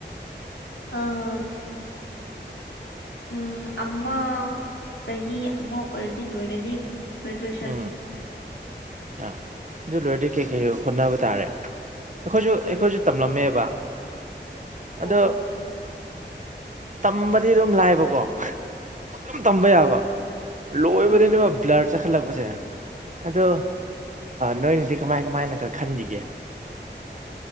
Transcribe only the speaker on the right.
ꯎꯝ ꯑ ꯑꯗꯨ ꯂꯣꯏꯔꯗꯤ ꯀꯩꯀꯩ ꯍꯣꯠꯅꯕ ꯇꯥꯔꯦ ꯑꯩꯈꯣꯏꯁꯨ ꯑꯩꯈꯣꯏꯁꯨ ꯇꯝꯂꯝꯃꯦꯕ
ꯑꯗꯣ ꯇꯝꯕꯗꯤ ꯑꯗꯨꯝ ꯂꯥꯏꯕꯀꯣ ꯑꯗꯨꯝ ꯇꯝꯕ ꯌꯥꯕ ꯂꯣꯏꯕꯗꯅꯦꯕ
ꯕ꯭ꯂꯔ ꯆꯈꯠꯂꯛꯄꯁꯦ ꯑꯗꯣ ꯅꯣꯏꯅꯗꯤ ꯀꯃꯥꯏ ꯀꯃꯥꯏꯅ ꯈ ꯈꯟꯈꯤꯒꯦ